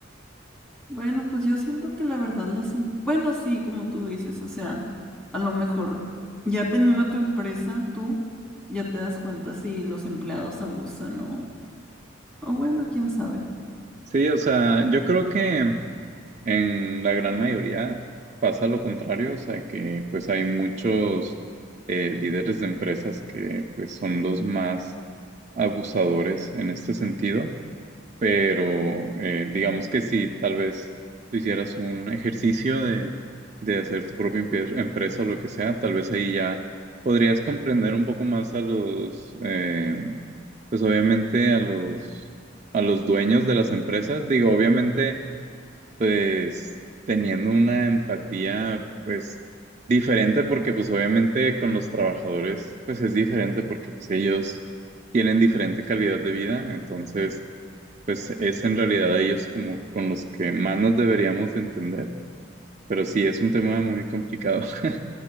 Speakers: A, in the centre; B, on the right (about 35°).
A: Bueno, pues yo siento que la verdad las... em- Bueno, sí, como tú dices, o sea, a lo mejor ya teniendo tu empresa, tú ya te das cuenta si los empleados abusan o... O bueno, quién sabe.
B: Sí, o sea, yo creo que En la gran mayoría pasa lo contrario, o sea que pues hay muchos eh, líderes de empresas que pues son los más abusadores en este sentido, pero eh, digamos que si tal vez tú hicieras un ejercicio de, de hacer tu propia empe- empresa o lo que sea, tal vez ahí ya podrías comprender un poco más a los, eh, pues obviamente a los, a los dueños de las empresas, digo, obviamente pues teniendo una empatía pues diferente porque pues obviamente con los trabajadores pues es diferente porque pues ellos tienen diferente calidad de vida, entonces pues es en realidad ellos como con los que más nos deberíamos de entender, pero sí es un tema muy complicado. <laughs>